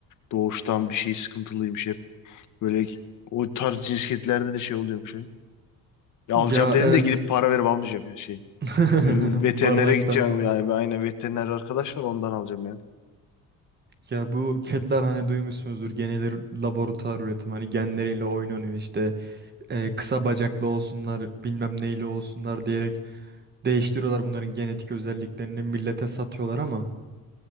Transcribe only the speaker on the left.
doğuştan bir şey sıkıntılıymış. Hep böyle o tarz cins kedilerde de şey oluyormuş. Ya, Ya
alacağım dedim
de gidip para verip almayacağım ya şey.
Ü- Veterinere
gideceğim
yani. Aynen veteriner arkadaş var ondan alacağım ya.